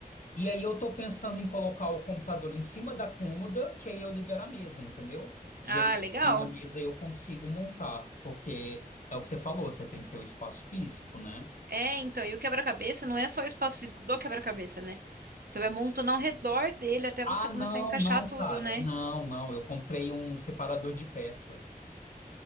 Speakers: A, on the left (about 55°); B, on the right (about 75°).
A: E aí eu tô pensando em colocar o computador em cima da cômoda, que aí eu libero a mesa, entendeu? E
B: Ah,
A: aí,
B: legal.
A: tirando a mesa, eu consigo montar, porque é o que você falou, você tem que ter o espaço físico, né?
B: É, então, e o quebra-cabeça não é só o espaço físico do quebra-cabeça, né? Você vai montando ao redor dele até
A: Ah,
B: você
A: não,
B: começar a encaixar
A: não,
B: tudo,
A: cara.
B: né?
A: Não, não, eu comprei um separador de peças.